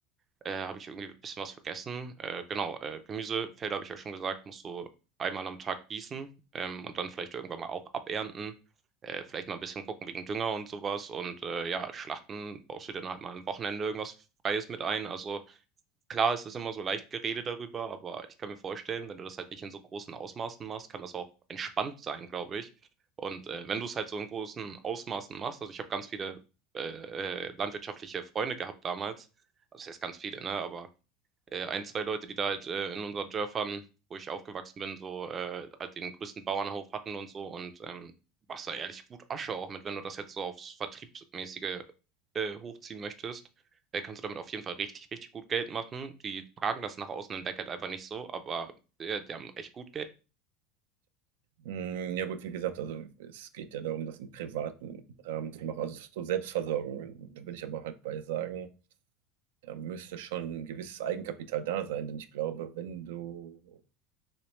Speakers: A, on the right (about 25°); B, on the right (about 85°).
A: Äh, habe ich irgendwie ein bisschen was vergessen. Äh, genau, äh, Gemüsefelder habe ich ja schon gesagt, musst du einmal am Tag gießen ähm, und dann vielleicht irgendwann mal auch abernten. Äh, vielleicht mal ein bisschen gucken wegen Dünger und sowas. Und äh, ja, Schlachten baust du dann halt mal am Wochenende irgendwas Freies mit ein. Also Klar, es ist immer so leicht geredet darüber, aber ich kann mir vorstellen, wenn du das halt nicht in so großen Ausmaßen machst, kann das auch entspannt sein, glaube ich. Und, äh, wenn du es halt so in großen Ausmaßen machst also, ich habe ganz viele, äh, äh, landwirtschaftliche Freunde gehabt damals. Also, was heißt ganz viele, ne, aber äh, ein, zwei Leute, die da halt äh, in unseren Dörfern, wo ich aufgewachsen bin, so äh, halt den größten Bauernhof hatten und so und ähm, machst da ehrlich gut Asche auch mit, wenn du das jetzt so aufs Vertriebsmäßige äh, hochziehen möchtest. Äh, kannst du damit auf jeden Fall richtig, richtig gut Geld machen. Die tragen das nach außen hinweg halt einfach nicht so, aber äh, die haben echt gut Geld.
B: Hm, ja gut, wie gesagt, also es geht ja darum, das im privaten Rahmen zu machen, also so Selbstversorgung. Da würde ich aber halt bei sagen, da müsste schon ein gewisses Eigenkapital da sein, denn ich glaube, wenn du